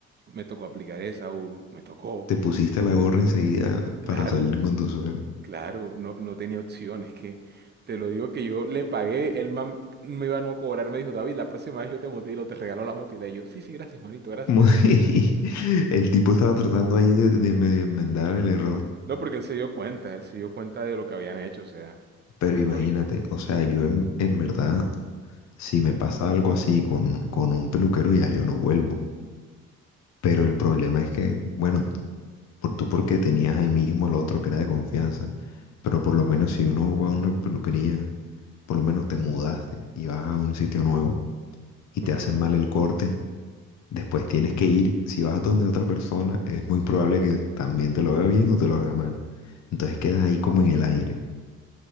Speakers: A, on the right; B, on the left.
A: me tocó aplicar esa, Hugo. Me tocó.
B: Te pusiste la gorra enseguida
A: Claro,
B: para salir con tu suena.
A: claro. No, no tenía opción. Es que te lo digo que yo le pagué. El man me iba a no cobrar. Me dijo, David, la próxima vez yo te motilo, te regalo la motila. Y yo, sí, sí, gracias, manito, gracias.
B: Como <laughs> El tipo estaba tratando ahí de, de medio enmendar el error,
A: No, porque él se dio cuenta, él se dio cuenta de lo que habían hecho, o sea,
B: pero
A: es
B: imagínate,
A: lógico,
B: o sea, yo en, en verdad, si me pasa algo así con, con un peluquero, ya yo no vuelvo. Pero el problema es que, bueno, por, tú porque tenías ahí mismo el otro que era de confianza, pero por lo menos si uno va a una peluquería por lo menos te mudaste y vas a un sitio nuevo y
A: total.
B: te hacen mal el corte, después tienes que ir, si vas donde otra persona, es muy probable que también te lo haga bien o te lo haga mal. Entonces quedas ahí como en el aire.